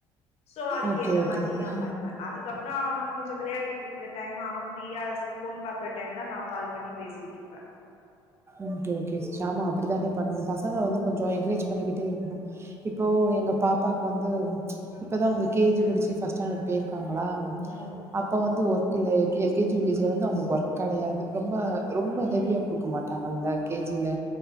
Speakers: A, on the left (about 55°); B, on the right (about 20°).
A: சோ அதுக்கு
B: ஓகே
A: ஏத்த
B: ஓகே
A: மாதிரி நா
B: ம்
A: பண்வே அதுக்கப்றோ அவன் கொஞ்ச வெளையாடிட்ருக்குற டைம்ம அவன் ஃப்ரீயாஸ் ஃபோன் பாக்றட் டைம் தா நா கால் பண்ணி பேசிட்ருப்பே
B: உன்கே கிட்ஸ் ச்சாமா அப்படி தானே பண்ணுணு பசங்கள வந்து கொஞ்சோ என்க்ரேஜ் பண்ணிக்கிட்டே இருக்ணு இப்போ எங்க பாப்பாக் வந்து உம் இப்பதா அவ்ங்க கேஜி
A: ம்
B: முடிச்சி ஃபஸ் ஸ்டாடட் பெய்ர்க்காங்கலான்
A: ம் ம்
B: அப்ப வந்து ஒர் கிலே எல்கேஜி யகேஜ்ஜுலந்து அவங்ளுக் வர்க் கடையாது ரொம்ப ரொம்ப
A: ம்
B: ஹெவியா குடுக்க மாட் ட்டான்த கேஜில